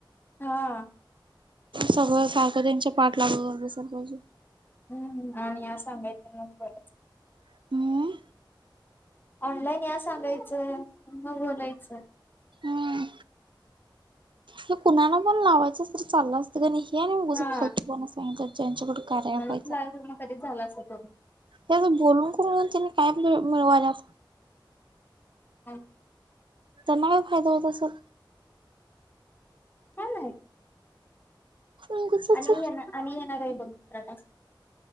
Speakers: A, on the left (about 25°); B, on the right (about 70°).
A: हा.
B: सगळं सारखं त्यांच्या पाठ लागू कर बसात पाजू.
A: हम् आणि या सांगायच ब..
B: हम्म
A: ऑनलाईन या सांगायचं मग बोलायचं..
B: हम्म हे कुणाला पण लावायचंच तर चाललं असतं का नाही. या नाही मगझं
A: हा
B: फलतूपण सांगित ज्यांच्याकड कराय
A: मला
B: पाहिज.
A: तर मग कधीच झाला असत करून
B: त्याच बोलून करून त्यानी काय मि मिळवायला अस.
A: हां.
B: त्यांना काय फायदा होत असर.
A: ह नाही.
B: उगचच
A: आणि ये ना आणि येणार आहे बघरा.